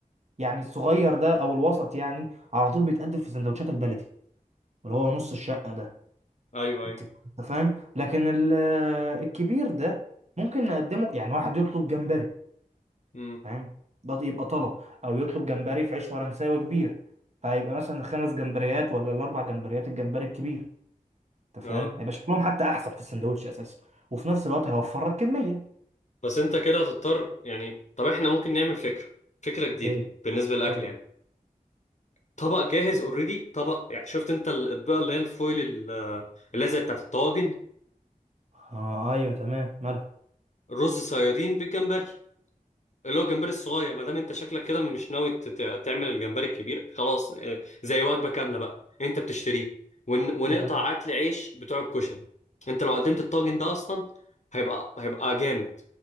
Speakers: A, on the right (about 50°); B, on the left (about 55°).
A: يعني الصغير ده او الوسط يعني على طول بيتقدم في سندوتشات البلدي اللي هو نص الشقة ده
B: ايوه ايوه
A: انت انت فاهم لكن ال... الكبير ده ممكن نقدمه يعني واحد يطلب جمبري
B: امم
A: فاهم ده يبقى طلب او يطلب جمبري في عيش فرنساوي كبير فهيبقى مثلا الخمس جمبريات ولا الاربع جمبريات الجمبري الكبير انت
B: اه
A: فاهم هيبقى شكلهم حتى احسن في السندوتش اساسا وفي نفس الوقت هيوفر لك كمية
B: بس انت كده هتضطر يعني طب احنا ممكن نعمل فكره فكره جديده
A: ايه
B: بالنسبه للاكل
A: قول
B: يعني طبق جاهز اوريدي طبق يعني شفت انت الاطباق اللي هي الفويل ال- اللي هي زي بتاعت الطواجن
A: اه ايوه تمام مالها
B: رز صيادين بالجمبري اللي هو الجمبري الصغير ما دام انت شكلك كده مش ناوي تت- تعمل الجمبري الكبير خلاص اه، زي وجبه كامله بقى انت بتشتريها ون... ونقطع
A: يعني
B: اكل عيش بتوع الكشري انت لو قدمت الطاجن ده اصلا هيبقى هيبقى جامد